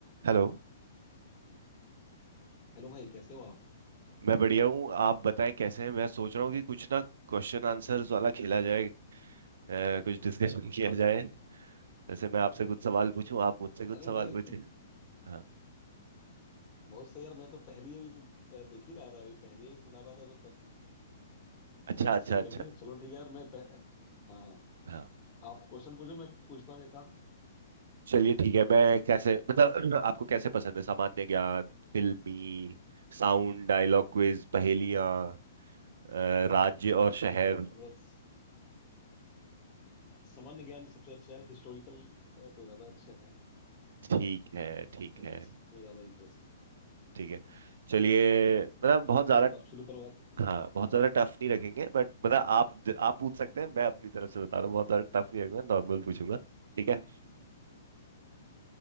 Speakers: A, on the right; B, on the left.
A: Hello
B: Hello भाई कैसे हो आप
A: मैं बढ़िया हूँ आप बताएं कैसे हैं मैं सोच रहा हूँ कि कुछ ना क्वेश्चन आंसर्स वाला खेला जाए अ, कुछ डिस्कशन <laughs> किया जाए जैसे मैं आपसे कुछ सवाल पूछूं आप मुझसे कुछ
B: अरे
A: सवाल
B: भाई
A: पूछें हाँ
B: बहुत सही यार मैं तो पहली ही अभी देख ही रहा था अभी पहली ही सुना रहा था मैं तब
A: अच्छा
B: क्या
A: अच्छा
B: सही
A: अच्छा
B: कर दिया चलो ठीक है यार मैं पह... हाँ हाँ
A: हाँ
B: आप क्वेश्चन पूछो मैं पूछता हूँ एक आध
A: चलिए ठीक है मैं कैसे मतलब <clears throat> आपको कैसे पसंद है सामान्य ज्ञान फिल्मी साउंड डायलॉग क्विज पहेलियाँ अ, राज्य और शहर
B: अ, मतलब स- सामान्य ज्ञान सबसे अच्छा है हिस्टोरिकल है तो ज्यादा अच्छा है
A: ठीक है ठीक
B: तो
A: है
B: इसमें ज्यादा इंटरेस्ट है
A: ठीक है
B: हाँ
A: चलिए
B: हाँ
A: मतलब बहुत ज्यादा
B: ठीक है तो आप शुरू करो आप
A: हाँ बहुत ज्यादा टफ नहीं रखेंगे बट मतलब आप आप पूछ सकते हैं मैं अपनी तरफ से बता रहा हूँ बहुत ज्यादा टफ नहीं रखूंगा नॉर्मल पूछूंगा ठीक है